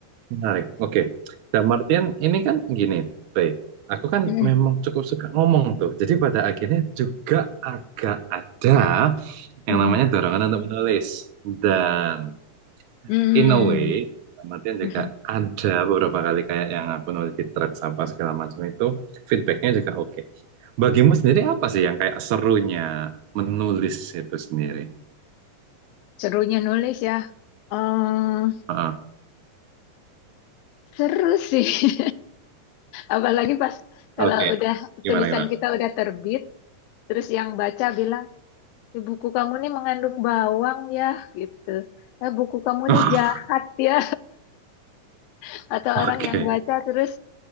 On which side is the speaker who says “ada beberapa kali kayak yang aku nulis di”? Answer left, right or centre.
Right